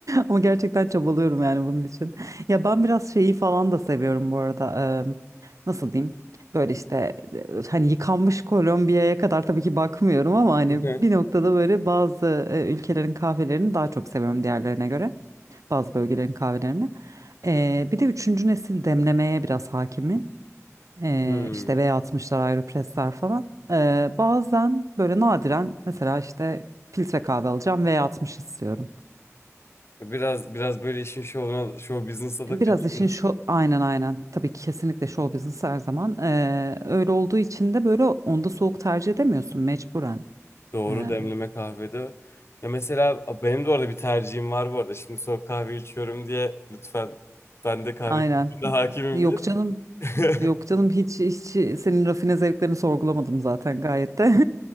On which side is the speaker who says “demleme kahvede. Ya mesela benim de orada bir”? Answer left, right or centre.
Left